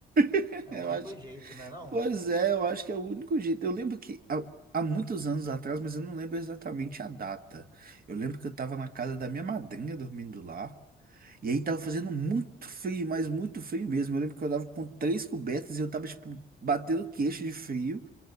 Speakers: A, on the right; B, on the right.
A: <laughs>
B: É
A: eu
B: o único
A: acho
B: jeito, né, não?
A: Pois é, eu acho que é o único jeito. Eu lembro que há, há muitos anos atrás, mas eu não lembro exatamente a data. Eu lembro que eu tava na casa da minha madrinha dormindo lá. E aí tava fazendo muito frio, mas muito frio mesmo. Eu lembro que eu tava com três cobertas e eu tava, tipo, batendo queixo de frio.